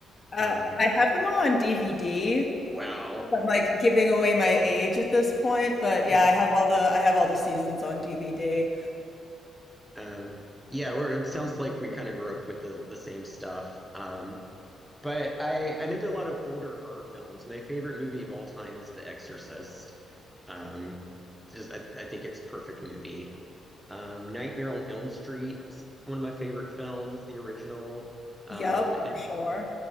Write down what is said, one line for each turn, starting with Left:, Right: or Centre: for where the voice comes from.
Left: Uh,
Centre: Um
Left: I have them all on DVD,
Centre: wow.
Left: I'm like giving away my age at this point, but yeah,
Centre: Yeah.
Left: I have all the I have all the seasons on DVD.
Centre: Um, yeah, we're, it sounds like we kind of grew up with the the same stuff. Um, but I I'm into a lot of older horror films. My favorite movie of all time is The Exorcist. Um, just I, I think it's a perfect movie. Um, Nightmare on Elm Street, one of my favorite films, the original. Um,
Left: Yep,
Centre: and
Left: for sure.